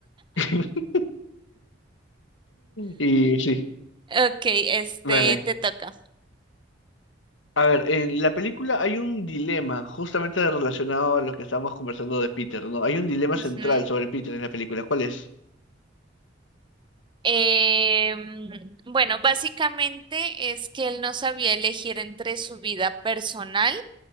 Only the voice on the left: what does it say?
<laughs> Y sí,
vale.
A ver, en la película hay un dilema justamente relacionado a lo que estábamos conversando de Peter, ¿no? Hay un dilema
central sobre Peter en la película. ¿Cuál es?